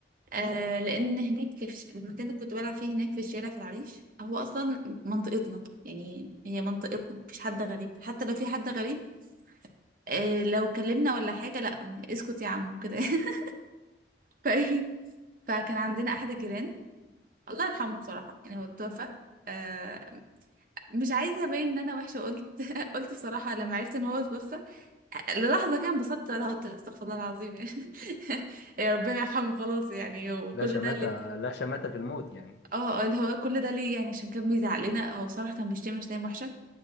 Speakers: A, on the right (about 45°); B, on the left (about 65°).
A: أه لأن هناك في الش- المكان اللي كنت بلعب فيه هناك في الشارع في العريش هو أصلا منطقتنا يعني هي منطقتنا مفيش حد غريب حتى لو في حد غريب إيه لو كلمنا ولا حاجة لا اسكت يا عم كده <laughs> ف... <laughs> فكان عندنا احد الجيران الله يرحمه بصراحه يعني هو اتوفى آه مش عايزه ابين ان انا وحشه قلت <laughs> قلت بصراحه لما عرفت ان هو اتوفى للحظه كان انبسطت انا قلت استغفر الله العظيم يعني <laughs> يا ربنا يرحمه خلاص يعني وكل
B: لا شماتة
A: ده ليه
B: لا شماتة في الموت يعني
A: اه اللي هو كل ده ليه يعني عشان كان بيزعق لنا هو بصراحه كان بيشتمنا شتايم وحشه